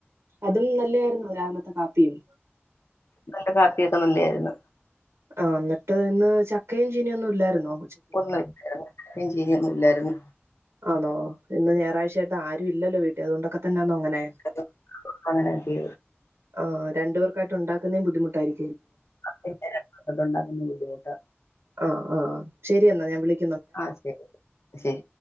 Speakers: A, on the right; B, on the left.
A: അതും നല്ലായിരുന്നോ രാവിലത്തെ കാപ്പിയും
B: നല്ല കാപ്പിയൊക്കെ നല്ലയായിരുന്നു
A: ആ ഇന്നിട്ട് ഇന്ന് ചക്കയും ചീനിയൊന്നും ഇല്ലാരുന്നോ
B: ഒന്നു ഇല്ലാരുന്നു കപ്പയും ചിനിയൊന്നും ഇല്ലാരുന്നു
A: ആണോ ഇന്ന് ഞാറാഴ്ച്ചായ്ട്ട് ആരും ഇല്ലല്ലോ വീ അതുകൊണ്ടൊക്കെ തന്നാണോ അങ്ങനെ
B: ആ അങ്ങനെയൊക്കെ
A: ആ രണ്ടു പേർ ക്കായിട്ടുണ്ടാക്കുന്നേം ബുദ്ധിമുട്ടായിരി
B: <unintelligible> അതുണ്ടാക്കുന്നെ ബുദ്ധിമുട്ടാ
A: ആ ആ ശരിയെന്നാ ഞാൻ വിളി
B: ആ ശരി ശരി